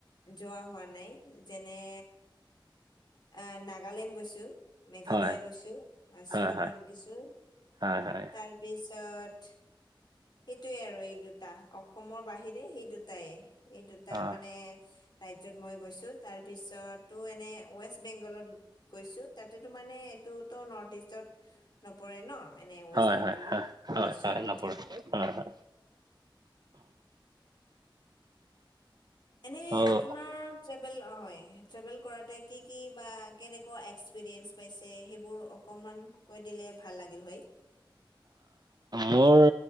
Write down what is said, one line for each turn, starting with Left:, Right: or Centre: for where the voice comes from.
Left: যোৱা হোৱা নাই। যেনে এ নাগালেণ্ড গৈছো। মেঘালয়া
Right: হয়
Left: গৈছো শ্বিলঙত
Right: হয় হয়
Left: গৈছো।
Right: হয় হয়
Left: তাৰপিছত সেইটোৱে আৰু এই দুটা অসমৰ বাহিৰে সেই দুটায়ে। এই দুটা
Right: অ
Left: মানে ৰাজ্যত মই গৈছো। তাৰপিছতো এনে ৱেষ্ট বেংগলত গৈছো। তাতেতো মানে এইটোতো নৰ্থ ইষ্টত নপৰে ন। এনে ৱেষ্ট
Right: হয়,
Left: বেংগলত
Right: হয়, হয়, হয়,
Left: গৈছো
Right: হয়,
Left: আৰু
Right: নপৰে। হয়, হয়। <inaudible>
Left: এনে
Right: অ
Left: আপোনাৰ ট্ৰেভেল হয়, ট্ৰেভেল কৰোঁতে কি কি, বা কেনেকুৱা এক্সপিৰিয়েঞ্চ পাইছে, সেইবোৰ অকমান, কৈ দিলে ভাল লাগিল হয়।
Right: মোৰ